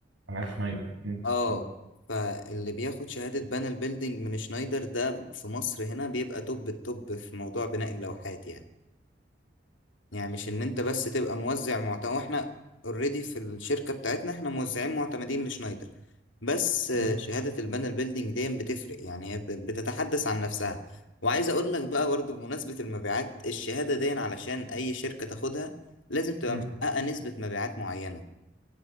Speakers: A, on the right; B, on the left.
A: انا عارف شنايدر مم،
B: اه
A: بالظبط
B: فاللي بياخد شهادة بانل بيلدينج من شنايدر ده في مصر هنا بيبقى توب التوب في موضوع بناء اللوحات يعني يعني مش ان انت بس تبقى موزع معتمد واحنا اوريدي في الشركة بتاعتنا احنا موزعين معتمدين لشنايدر بس آه،
A: مم.
B: شهادة البانل بيلدينج دي بتفرق يعني هي ب- بتتحدث عن نفسها وعايز اقول لك بقى برضه بمناسبة المبيعات الشهادة دي علشان اي شركة تاخدها لازم تبقى
A: مم.
B: محققة نسبة مبيعات معينة